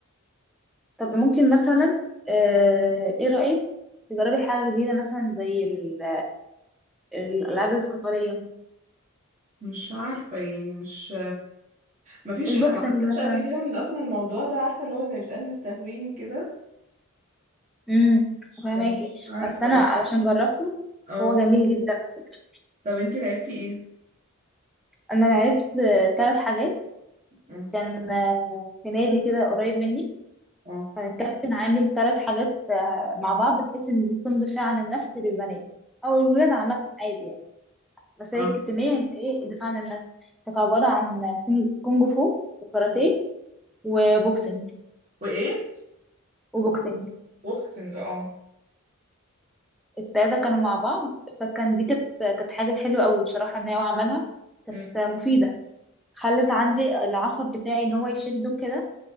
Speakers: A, in the centre; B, on the right.
A: طب ممكن مثلا آه، ايه رأيك تجربي حاجة جديدة مثلا زي ال- الألعاب القتالية
B: مش عارفة يعني مش مفيش
A: البوكسنج
B: ح- ما حسيتش
A: مثلا
B: قبل كده إن أصلا الموضوع ده عارفة اللي هو زي بتقال مستهويني كده
A: امم
B: مش
A: فاهماكي
B: مش عارفة
A: بس أنا
B: بس
A: علشان جربته
B: اه
A: هو جميل جدا على فكرة
B: طب انتي لعبتي ايه؟
A: أنا لعبت آه، تلات حاجات
B: اه
A: كان آه، في نادي كده قريب مني
B: اه
A: كان الكابتن عامل تلات حاجات آه، مع بعض بحيث إن دي تكون دفاع عن النفس للبنات أو الولاد عامة عادي يعني بس هي
B: اه
A: الكتمية إيه الدفاع عن النفس كانت عبارة عن كونج كونج فو وكاراتيه
B: آه.
A: وبوكسنج
B: وايه
A: وبوكسنج
B: بوكسنج اه
A: التلاتة كانوا مع بعض فكان دي كانت كانت حاجة حلوة قوي بصراحة ان هو عملها كانت
B: امم
A: مفيدة خلت
B: ايوه
A: عندي
B: اوكي
A: العصب بتاعي ان هو يشده كده